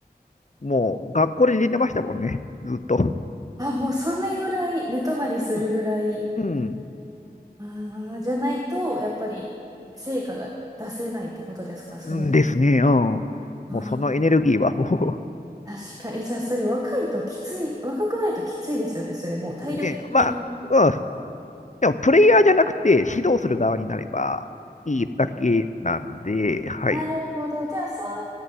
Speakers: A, on the left; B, on the right.
A: もう学校で寝てましたもんね。ずっと。
B: あ、もうそんなぐらい寝泊まりするぐらい
A: うん。
B: ああ、じゃないと、やっぱり成果が出せないってことですか、それ
A: うんですね。うん。も
B: はあ
A: うそのエネルギーはもう
B: あ、確かに。じゃあ、それ若いときつい、若くないときついですよね、それもう体力的に。
A: ね、まあ、うん、でもプレイヤーじゃなくて指導する側になればいいだけなんで、はい。
B: なるほど。じゃあ、その